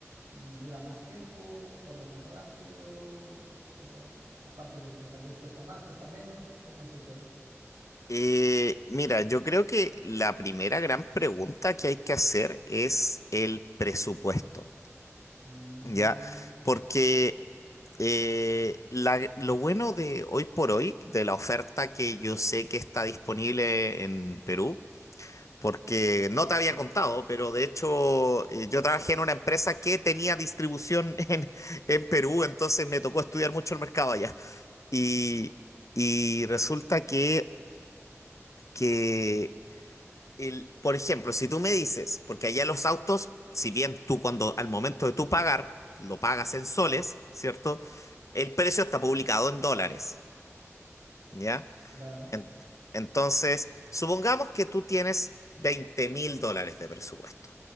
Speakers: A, on the right; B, on the left.
A: mm, dura más tiempo, corre más rápido, o aparte de que tal vez cuesta más, cuesta menos, ¿cómo es eso ahí?
B: Eh, mira, yo creo que la primera gran pregunta que hay que hacer es el presupuesto,
A: Mm,
B: ¿ya? Porque eh, la- lo bueno de hoy por hoy, de la oferta que yo sé que está disponible en Perú, porque no te había contado, pero de hecho eh, yo trabajé en una empresa que tenía distribución <laughs> en, en Perú, entonces me tocó estudiar mucho el mercado allá. Y, y resulta que, que el, por ejemplo, si tú me dices, porque allá los autos, si bien tú cuando al momento de tú pagar, lo pagas en soles, ¿cierto? El precio está publicado en dólares, ¿ya?
A: claro,
B: En- entonces, supongamos que tú tienes veinte mil dólares de presupuesto,